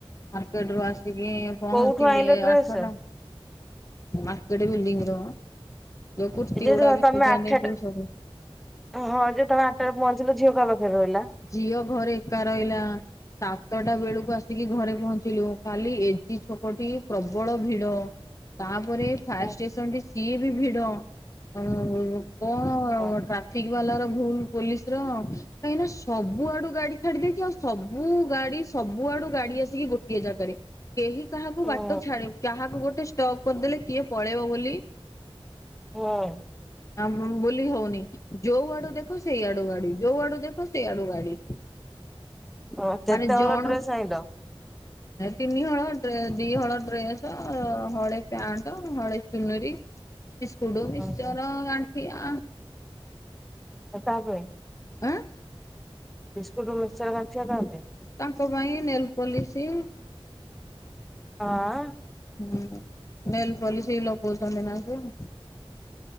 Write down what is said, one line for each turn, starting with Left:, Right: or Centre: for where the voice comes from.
Left: ମାରକେଟ ରୁ ଆସିକି ପହଞ୍ଚିଲି
Centre: କୋଉଠୁ ଆଣିଲ ଡ୍ରେସ?
Left: ଆଠଟା। ମାରକେଟ ବିଲ୍ଡିଂ ର ଯଉ କୁର୍ତିଗୁଡା
Centre: ଏ ଯେ
Left: ବିକୁଛନ୍ତି
Centre: ତମେ
Left: ପୁଜା
Centre: ଆଠଟା
Left: ନେଇ ସୁ
Centre: ହଁ ଯେ ତମେ ଆଠଟା ପହଞ୍ଚିଲ ଝିଅ ପା ପାଖରେ ରହିଲା।
Left: ଝିଅ ଘରେ ଏକା ରହିଲା। ସାତଟା ବେଳକୁ ଆସିକି ଘରେ ପହଞ୍ଚିଲୁ ଖାଲି ଏଜି ଛକଟି ପ୍ରବଳ ଭିଡ। ତାପରେ ଫାୟାର
Centre: ହୁଁ
Left: ଷ୍ଟେସନ ଟି ସିଏ ବି ଭିଡ ଆଉ କଣ ଟ୍ରା
Centre: ହୁଁ
Left: ଟ୍ରାଫିକ୍‌ ବାଲର ଭୁଲ ପୋଲିସ ର କାହିଁକି ନା? ସବୁଆଡୁ ଗାଡି ଛାଡି ଦେଇଛିି ଆଉ ସବୁ ଗାଡି ସବୁଆଡୁ ଗାଡି ଆସିକି ଗୋଟିଏ ଜାଗାରେ। କେହି କାହାକୁ
Centre: ହୁଁ
Left: ବାଟ ଛାଡିବ କାହାକୁ ଗୋଟେ ଷ୍ଟକ୍ କରିଦେଲେ କିଏ ପଳେଇବ ବୋଲି।
Centre: ହଁ।
Left: ଆମ୍‌ ବୁଲି ହଉନି ଯୋଉ ଆଡୁ ଦେଖ ସେଇ ଆଡୁ ମାଡ଼ି ଯୋଉ ଆଡୁ ଦେଖ। ଆଡୁ ଗାଡି
Centre: ହଁ କେତେ
Left: ମାନେ
Centre: ହଳ
Left: ଜଣୁ
Centre: ଡ୍ରେସ ଆଣିଲ?
Left: ତିନି ହଳ ଦି ହଳ ଡ୍ରେସ ହଳେ ପ୍ୟାଣ୍ଟ ହଳେ ଚୁନରି। ବିସ୍କୁଟ ମିକ୍ସଚର
Centre: ଓହୋ
Left: ଗାଠିଆ।
Centre: ତାପରେ।
Left: ଉ।
Centre: ବିସ୍କୁଟ ମିକ୍ସଚର ଙ୍ଗାଠିଆ ଖାନ୍ତି।
Left: ତାଙ୍କ ପାଇଁ ନେଲ ପୋଲିସି।
Centre: ହଁ।
Left: ହୁଁ ନେଲପୋଲିସି ଲଗଉଛନ୍ତି ନାଁ ସେ।